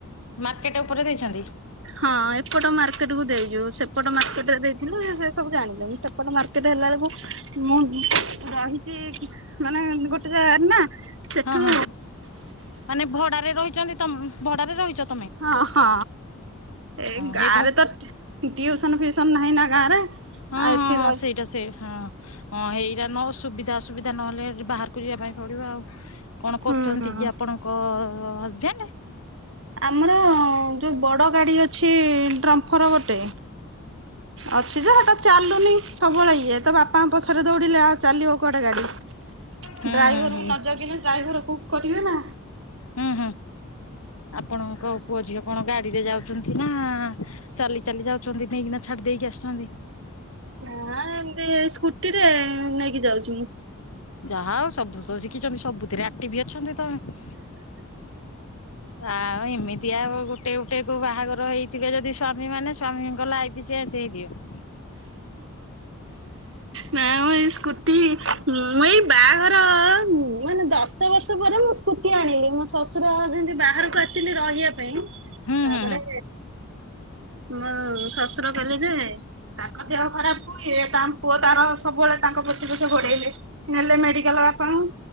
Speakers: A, on the left; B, on the right.
A: ମାର୍କେଟ ଉପରେ ଦେଇଛନ୍ତି।
B: ହଁ ଏପଟ ମାର୍କେଟ କୁ ଦେଇଛୁ ସେପଟ ମାର୍କେଟରେ ଦେଇଥିଲେ ସେ ସବୁ ଜାଣିଛନ୍ତି ସେପଟ ମାର୍କେଟ। ହେଲାବେକୁ ମୁଁ ରହିଛି କି ମାନେ ଗୋଟେ ଜାଗାରେ ନା। ସେଠୁ
A: ହଁ, ହଁ ମାନେ ଭଡାରେ ରହିଛନ୍ତି ତମ ଭଡାରେ ରହିଚ।
B: ହଁ, ହଁ ଏ ଗାଁ
A: ହେଇ ଭ
B: ରେ ତ ଟିଉସନ ଫିଉସନ ନାହିଁ ନା। ଗାଁରେ।
A: ହଁ,
B: ଆଉ
A: ହଁ,
B: ଏଠି
A: ହଁ,
B: ରହି
A: ସେଇଟା ସେଇ ହଁ। ହଁ ହେଇଟା ନ ସୁବିଧା ଅସୁବିଧା ନହେଲେ ବାହାରକୁ ଯିବା ପାଇଁ ପଡିବ ଆଉ। କଣ
B: ହୁଁ
A: କରୁଛନ୍ତି କି ଆପଣଙ୍କ ହଜବେଣ୍ଡ?
B: ଆମର ଯୋଉ ବଡ ଗାଡି ଅଛି ଡ୍ରମ୍ଫର ଗୋଟେ ଅଛି ଯେ ହେଟା ଚାଲୁନି ସବୁବେଳେ ଇଏ ତ ବାପାଙ୍କ ପଛରେ ଦୌଡିଲେ ଆଉ ଚାଲିବ କୁଆଡେ ଗାଡି ଡ୍ରାଇଭର
A: ହୁଁ ହୁଁ
B: ବି
A: ହୁଁ
B: ନ ଜଗିଲେ ଡ୍ରାଇଭର ପୁକ୍ କରିବେ ନା?
A: ହୁଁ, ହୁଁ ଆପଣଙ୍କ ପୁଅ ଝିଅ କଣ ଗାଡିରେ ଯାଉଚ଼ନ୍ତି ନା। ଚାଲି ଚାଲି ଯାଉଛନ୍ତି ନେଇକିନା ଛାଡି ଦେଇକି ଆସୁଛନ୍ତି।
B: ନା ଏମିତି ସ୍କୁଟିରେ ନେଇକି ଯାଉଛି ମୁଁ।
A: ଯାହା ଆଉ ସବୁ ତ ଶିଖିଛନ୍ତି ସବୁଥିରେ ଆକ୍ଟିଭି ଅଛନ୍ତି ତମେ ଆଉ ଏମିତି ଆଉ ଗୋଟେ ଗୋଟେ କ ବାହାଘର ହେଇଥିବେ ଯଦି ସ୍ଵାମୀ ସ୍ଵାମୀମାନେ ସ୍ଵାମୀଙ୍କ ଲାଇଫ୍ ଚେଞ୍ଜ ହେଇଯିବ।
B: ନା ମୁଁ ଏଇ ସ୍କୁଟି ମୁଁ ଏଇ ବାହାଘର ମାନେ ଦଶ ବର୍ଷ ପରେ ମୁଁ ସ୍କୁଟି ଆଣିଲି ମୁ ଶଶୁର ଯେମିତି ବାହାରକୁ ଆସିଲି ରହିବା ପାଇଁ
A: ହୁଁ
B: ତାପରେ
A: ହୁଁ ହୁଁ
B: ମୁଁ ଶଶୁର କହିଲେ ଯେ ତାଙ୍କ ଦେହ ଖରାପ ହୁଏ ତାଙ୍କ ପୁଅ ତାର ସବୁବେଳେ ତାଙ୍କ ପଛେ ପଛେ ଘୋଡେଇଲେ ନେଲେ ମେଡିକାଲ ବାପାଙ୍କୁ